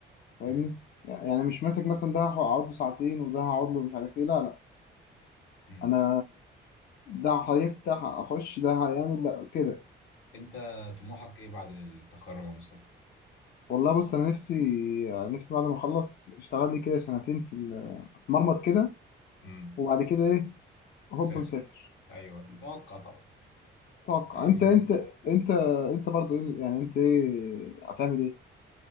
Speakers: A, on the left; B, on the left.
A: فاهمني
B: امم
A: يعني مش ماسك مثلا ده هقعد له ساعتين وده هقعد له مش عارف إيه لا لا
B: امم
A: أنا ده هيفتح أخش ده هيعمل ده كده
B: أنت طموحك ايه بعد التخرج يا مصطفى؟
A: والله بص انا نفسي نفسي بعد ما اخلص اشتغل لي كده سنتين في ال- اتمرمط كده
B: امم
A: وبعد كده ايه هوب
B: سافر
A: مسافر
B: أيوه متوقع طبعا
A: توقع
B: ايه.
A: انت انت انت انت برضو إيه- يعني انت ايه هتعمل ايه